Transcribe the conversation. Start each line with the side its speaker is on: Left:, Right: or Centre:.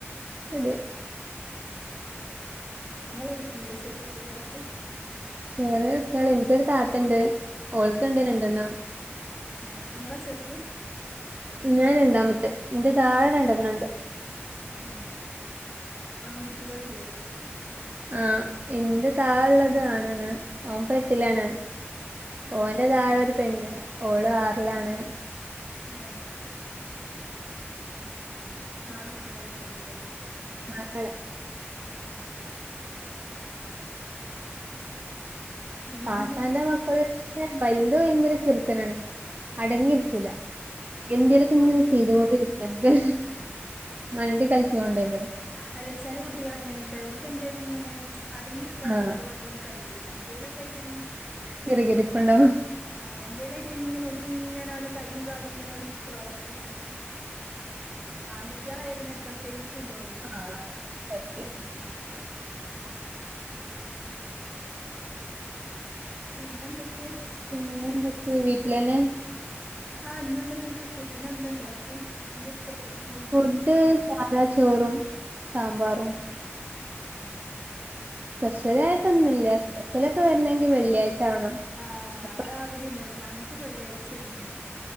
Right: അട്
Centre: ആ ങ്ങളെ വീട്ടിലുണ്ട് ചെറിയെ കുട്ടികളൊക്കെ
Right: ചെറ്യേ കുട്ട്യള് എനിക്കൊരു താത്തണ്ട് ഓൾക്കുണ്ട് രണ്ടെണ്ണം
Centre: ഏഹ് ങ്ങളാ ചെറുത്
Right: ഞാൻ രണ്ടാമത്തെ എന്റെ താഴെ രണ്ടെണ്ണംണ്ട്
Centre: ഏഹ് ആൺകുട്ടികള്ല്ലേ
Right: ആഹ് എന്റെ താഴള്ളത് ആണാണ് ഓൻ പട്ടിലാണ്
Centre: ആ
Right: ഓന്റെ തായെ ഒരു പെണ്ണ് ഓള് ആർലാണ്
Centre: ഏഹ് ന്നാല് കുട്ടികളെയ്ക്കാരല്ലേ
Right: <unintelligible>
Centre: ആഹ് പിന്നെന്തൊക്കെ
Right: താത്താന്റെ മക്കള് വൽത് ഭയങ്കര കിർകനാണ് അടങ്ങിയിരിക്കൂല
Centre: തന്നെ
Right: എന്തേലൊക്കെന്ന്
Centre: ഓ
Right: ചെയ്തൊണ്ടിരിക് വെർതെ മണ്ടി കൾച്ചി <unintelligible>
Centre: അല്ല ചെല കുട്ടികൾ അങ്ങനെയൊക്കെ ഓൽക്കെന്തെലും ഇങ്ങനെ അടങ്ങി കാട്
Right: ആഹ്
Centre: കൊട്ടണ്ട് കഴൂല എന്തേലൊക്കെയിട്ട്ങ്ങനെ
Right: കിറുകിറുപ്പുണ്ടാവും.
Centre: ആഹ് എന്തേലായ്ട്ട് ഇങ്ങനെ ഓൽക് ഇങ്ങനെ ഓലെ കയ്യും കാലും ഇങ്ങനെ <unintelligible> പ്രവർത്തിക്കണം ആൺകുട്ട്യളായ പിനെ പ്രത്യേകിച്ച്ണ്ടോ ലും
Right: ആഹ് സത്യം.
Centre: ഉം പിന്നെന്തൊക്കെ
Right: പിന്നെ എന്തൊക്കെ വീട്ടിലെന്നെ
Centre: ആഹ് ഇന്നെന്തന്നട്ട് ഫുഡിന് എന്ത ഇണ്ടാക്ക്യേ ന്നെന്തസ് സ്പെഷലെന്തേ
Right: ഫുഡ് സാദാ ചോറും സാമ്പാറും
Centre: ഏഹ് ആഹ്
Right: സ്പെഷ്യലായ്ട്ടൊന്നുല്ല സ്പെഷ്യലൊക്കെ വരണെങ്കിൽ വെള്ളിയാഴ്ച ആവണം
Centre: ആഹ്
Right: അപ്പൊ
Centre: അഹ് അവിടീണ്ട് ഞങ്ങക്കും വെള്ളിയാഴ്ചങ്ങനെ